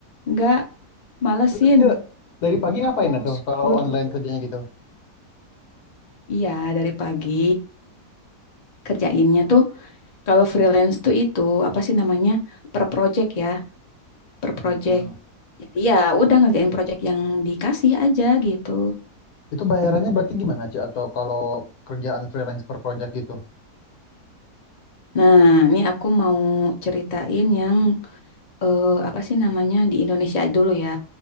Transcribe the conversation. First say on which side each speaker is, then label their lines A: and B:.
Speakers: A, on the left; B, on the left.
A: nggak malesin
B: Terus, Cek, dari pagi ngapain,
A: harus
B: dah, tuh, kalau
A: lut
B: online
A: kutu.
B: kerjanya gitu?
A: Iya dari pagi kerjainnya tuh kalau freelance tuh itu apa sih namanya per project ya per project.
B: Mm-mm.
A: Jadi ya udah ngerjain project yang dikasih aja gitu.
B: Itu bayarannya berarti gimana, Ci? Atau kalau kerjaan freelance per project gitu?
A: Nah, ini aku mau ceritain yang eh, apa sih namanya di Indonesia dulu ya